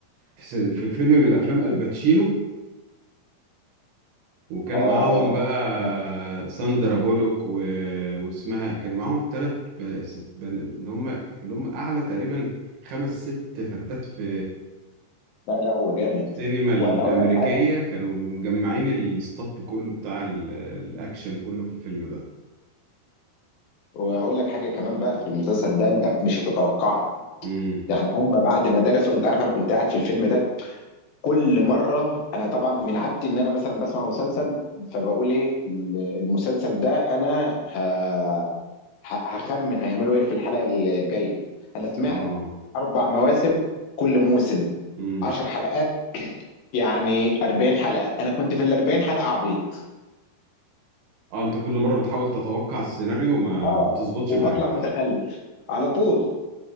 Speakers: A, on the right (about 80°); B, on the left (about 70°).
A: في في فيلم من الافلام الباتشينو وكان
B: اه
A: معاهم
B: اه
A: بقى
B: عارف.
A: ساندرا بولوك و... واسمها كان معاهم ثلاث بن... ست- بن... اللي هم اللي هم اعلى تقريبا خمس ست فردات في
B: لا لا هو جامد
A: السينما الامريكيه
B: وانا اقول لك حاجه
A: كانوا مجمعين الاستاف كله بتاع ال... الاكشن كله في الفيلم ده
B: وهقول لك حاجه كمان بقى في المسلسل ده انت مش هتتوقعها
A: امم
B: يعني هم بعد ما درسوا انت عارف انا كنت قاعد في الفيلم ده كل مره انا طبعا من عادتي ان انا مثلا بسمع مسلسل فبقول ايه المسلسل ده انا ه... ه- هخمن هيعملوا ايه في الحلقه الجايه انا سمعت
A: اه
B: اربع مواسم كل موسم
A: امم
B: عشر حلقات يعني 40 حلقه انا كنت في ال 40 حلقه عبيط
A: اه انت كل مره بتحاول تتوقع السيناريو ما
B: اه
A: ما بتظبطش
B: وبطلع
A: معاك
B: متخلف على طول